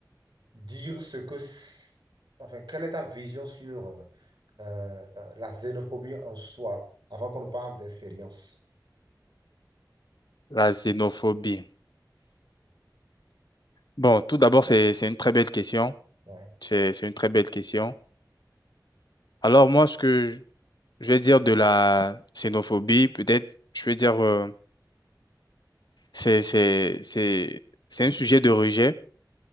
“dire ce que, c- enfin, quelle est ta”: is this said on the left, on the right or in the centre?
Right